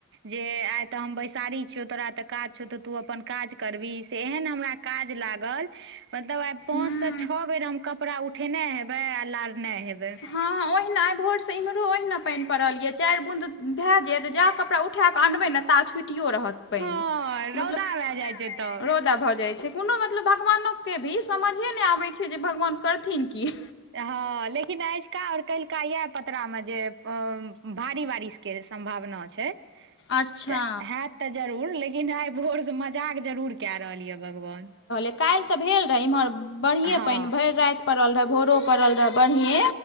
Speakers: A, on the right; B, on the left.
A: जे आय तऽ हम बैसारी छियौ तोरा तऽ काज छौ तऽ तू अपन काज करबीही से एहन हमरा काज लागल मतलब आय पाँच
B: तोरा
A: से छ बेर हम कपड़ा उ ठेने हेबै आ लारने हेबै।
B: हँ ओहिना आय भोरसँ इम्हरो ओहिना पैन पड़ल यए चैर बूँद भए जायत जहां कपड़ा उठाकऽ अनबै ने ता छुटियो रहत। पानि
A: हँ रौदा
B: मतलब
A: भए जाय छैय तब।
B: रौदा भ जाय छैय। कोनो मतलब भगवानोके भी समझे नैय आबै छैय जे भगवान करथिन की।
A: हँ लेकिन अैजका और कैल्का यैह पतरामे जे भारी बारिश के संम्भावना छैय।
B: अच्छा
A: त हैत त जरूर लेकिन आय भोरसँ मजाक जरूर कए रहल या भगवान।
B: कैल्ह तऽ भेल रहय। इम्हर बढ़ियें
A: हँ
B: पैन भैर रैत पड़ल रहए। भोरो पड़ल रहए बढ़िए।